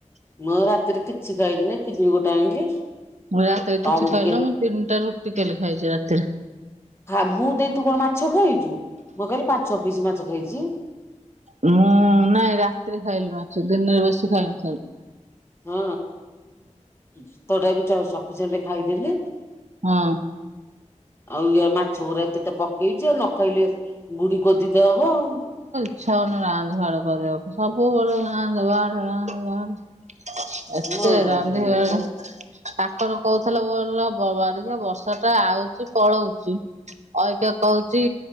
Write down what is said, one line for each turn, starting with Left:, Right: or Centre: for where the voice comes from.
Left: ମୁଁ ରାତିରେ କିଛି ଖାଇଲିନି। ପିଜୁଳି ଗୋଟେ ଆଣିଲି
Right: ମୁଁ ରାତିରେ
Left: ପାଣି
Right: କିଛି ଖାଇଲୁନୁ
Left: ଟିକେ
Right: ମୁଁ ତିନିଟା ରୁଟି କାଲି ଖାଇଚି ରାତିରେ।
Left: ଫାଗୁ ଦେଇ ତୁ କଣ ମାଛ ଖାଇଚୁ ମୁଁ କଇଲି ପାଞ୍ଚ ପିସ୍ ମାଛ ଖାଇଚି।
Right: ହୁଁ ନାଇଁ ରାତିରେ ଖାଇଲି ମାଛ ଦିନରେ ବେଶୀ ଖାଇନଥିଲି।
Left: ହଁ ଭାତ ଟା ବି ତ ସଫିସେଣ୍ଟ୍ ଖାଇଦେଲି।
Right: ହଁ।
Left: ଆଉ ଇଏ ମାଛ ଗୁରା ଏତେ ତ ପକେଇଚି ଆଉ ନ ଖାଇଲେ ବୁଡ଼ି କୋଦିିତ ହବ ଆଉ।
Right: ଇଛା ହଉନି ରାନ୍ଧେ ବାଢ଼େ କରିବାକୁ ସବୁବେଳେ ରାନ୍ଧେ ବାଢ଼େ ରାନ୍ଧେ ବାଢ଼େ ଏତେ
Left: ମୋର ବା
Right: ରାନ୍ଧେ
Left: ସେଇ କଥା।
Right: ବାଢେ ପାଖର କହୁଥିଲା ବୋଲା ହ ବାଡ଼ିଖିଆ ବର୍ଷା ଟା ଆଉଚି ପଳଉଚି ଅଇକା କଉଚି